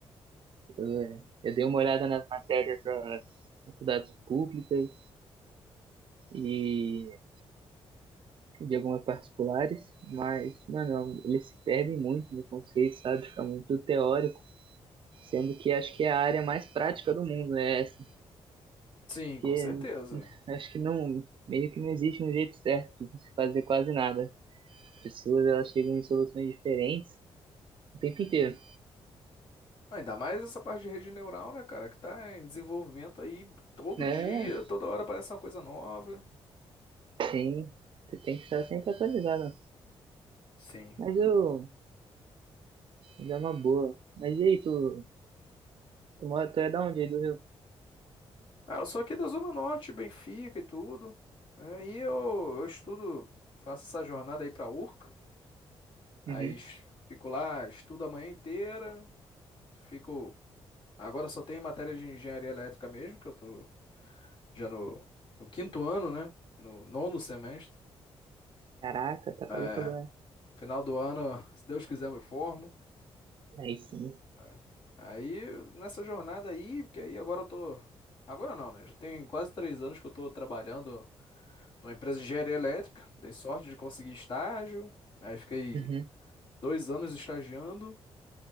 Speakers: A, on the right (about 55°); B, on the left (about 55°).
A: Eu, eu dei uma olhada nas matérias das faculdades públicas e de algumas particulares, mas, mano, eles se perdem muito no conceito, sabe? Fica muito teórico. Sendo que acho que é a área mais prática do mundo, é essa.
B: Sim,
A: Porque
B: com certeza.
A: acho que não, meio que não existe um jeito certo de se fazer quase nada. As pessoas, elas chegam em soluções diferentes o tempo inteiro.
B: Ainda mais essa parte de rede neural, né, cara? Que tá em desenvolvimento aí todo
A: É,
B: dia, toda hora aparece uma coisa nova.
A: sim, você tem que estar sempre atualizado.
B: Sim.
A: Mas eu, mas é uma boa. Mas e aí, tu, tu mora, tu é da onde aí do Rio?
B: Ah, eu sou aqui da Zona Norte, Benfica e tudo. É, E eu, eu estudo, faço essa jornada aí pra URCA. Aí
A: Uhum.
B: es- fico lá, estudo a manhã inteira, fico. Agora só tem matéria de engenharia elétrica mesmo, que eu tô já no, no quinto ano, né? No nono semestre.
A: Caraca, tá
B: É,
A: quase acabando.
B: final do ano, se Deus quiser, eu me formo.
A: Aí sim.
B: É. Aí, nessa jornada aí, porque aí agora eu tô. Agora não, né? Já tem quase três anos que eu tô trabalhando numa empresa de engenharia elétrica. Dei sorte de conseguir estágio. Aí fiquei
A: Uhum.
B: dois anos estagiando.